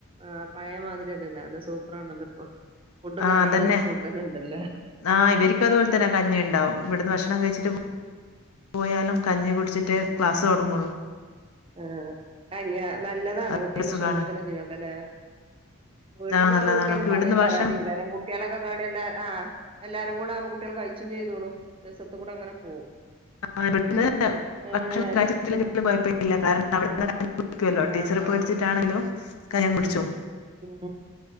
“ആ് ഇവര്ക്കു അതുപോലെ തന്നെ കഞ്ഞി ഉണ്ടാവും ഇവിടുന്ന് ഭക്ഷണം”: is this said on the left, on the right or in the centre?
Left